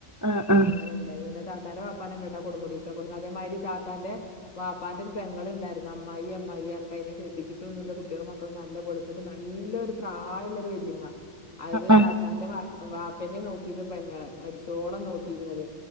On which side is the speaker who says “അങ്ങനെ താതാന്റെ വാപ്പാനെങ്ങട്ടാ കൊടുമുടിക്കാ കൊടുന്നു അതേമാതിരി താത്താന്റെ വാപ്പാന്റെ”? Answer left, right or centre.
Left